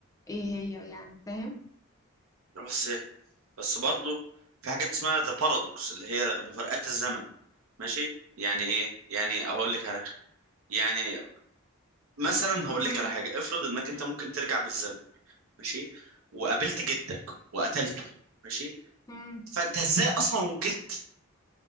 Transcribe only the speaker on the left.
ايه هي يعني فاهم
امم
امم